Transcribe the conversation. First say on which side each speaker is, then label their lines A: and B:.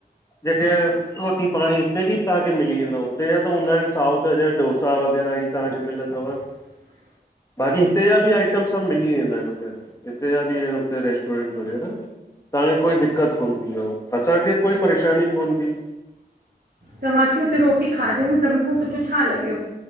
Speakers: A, on the left; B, on the right.
A: जेके रोटी पांणीं हिते ॼी तव्हांखे मिली वेंदव हुते जा त हूंदा आहिनि साउथ जा डोसा वग़ैरह ई तव्हांखे मिलंदव
B: खाली जवाब <inaudible>
A: ॿाक़ी हिते जा ॿि आइटम सभु मिली वेंदा हिनि हुते हिते जा ॿि आहिनि हुते रेस्टोरेंट वग़ैरह तव्हांखे कोई दिक्क़त कोन् थींदव असांखे ॿि कोई परेशानी कोन् थी।
B: तव्हांखे हुते रोटी खाधे में सभिनि खां सुठो छा लॻियो?